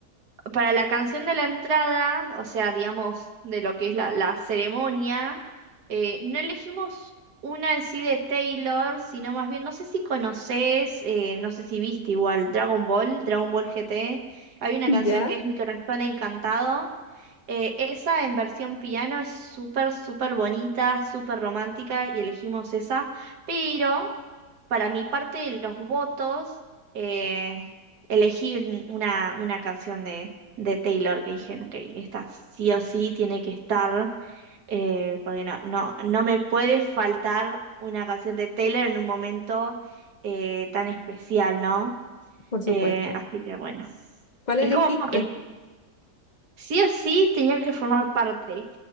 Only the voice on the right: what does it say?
Para la canción de la entrada, o sea, digamos, de lo que es la, la ceremonia, eh, no elegimos una en sí de Taylor, sino más bien, no sé si conoces, eh, no sé si viste igual, Dragon Ball, Dragon Ball GT. Hay una canción
que es Mi corazón encantado. Eh, esa en versión piano es súper, súper bonita, súper romántica y elegimos esa. Pero para mi parte de los votos, eh, elegí un- una, una canción de de Taylor, que dije, ok, esta sí o sí tiene que estar, eh, porque no, no, no me puede faltar una canción de Taylor en un momento eh, tan especial, ¿no?
Eh, así que bueno,
es como que sí o sí tenía que formar parte.